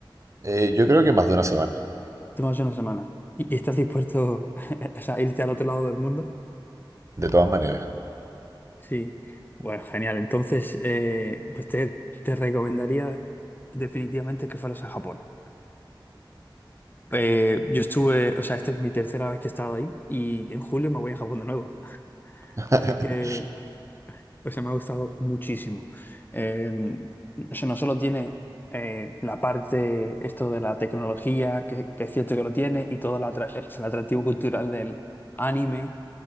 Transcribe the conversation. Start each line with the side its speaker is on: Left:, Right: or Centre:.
Right: Eh, yo creo que más de una semana,
Left: De más de una semana. ¿Y, y estás dispuesto <laughs> o sea, a irte al otro lado del mundo?
Right: de todas maneras.
Left: Sí. Bueno, genial. Entonces, eh, pues te, te recomendaría definitivamente que fueras a Japón. Eh, yo estuve, o sea, esta es mi tercera vez que he estado ahí y en julio me voy a Japón de nuevo. <laughs>
Right: <laughs>
Left: Así que O sea, me ha gustado muchísimo. Eh, o sea, no solo tiene eh, la parte, esto de la tecnología, que, que es cierto que lo tiene, y todo el atra- eh, es el atractivo cultural del anime